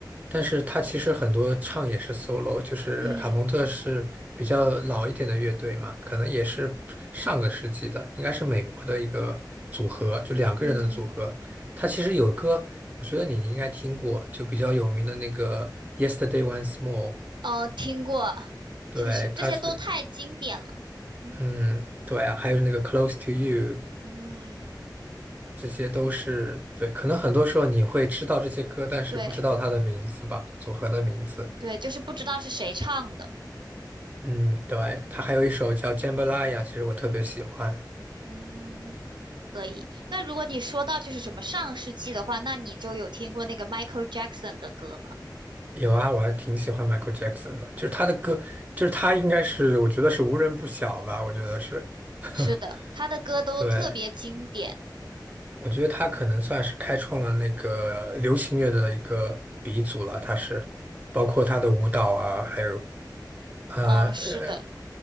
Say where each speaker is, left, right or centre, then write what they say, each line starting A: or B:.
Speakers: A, on the right; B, on the right.
A: 但是他其实很多唱也是 solo，就是卡朋特是比较老一点的乐队嘛，
B: 嗯
A: 可能也是上个世纪的，应该是美国的一个组合，就两个人的组合。
B: 嗯，
A: 他其实有歌，我觉得你应该听过，就比较有名的那个《Yesterday Once More》，
B: 哦，听过，
A: 对，
B: 确实这些都太经典了。
A: 他是，
B: 嗯
A: 嗯，对啊，还有那个《Close to You》，
B: 嗯，
A: 这些都是，对，可能很多时候你会知道这些歌，但是不知道他的名字吧，
B: 对
A: 组合的名字。
B: 对，就是不知道是谁唱的。
A: 嗯，对，他还有一首叫《Jambalaya》，其实我特别喜欢。
B: 嗯，可以。那如果你说到就是什么上世纪的话，那你就有听过那个 Michael Jackson 的歌吗？
A: 有啊，我还挺喜欢 Michael Jackson 的，就是他的歌，就是他应该是，我觉得是无人不晓吧，我觉得是。<laughs>
B: 是的，他的歌都特别经典。
A: 对，我觉得他可能算是开创了那个流行乐的一个鼻祖了，他是，包括他的舞蹈啊，还有呃呃，
B: 嗯，是的，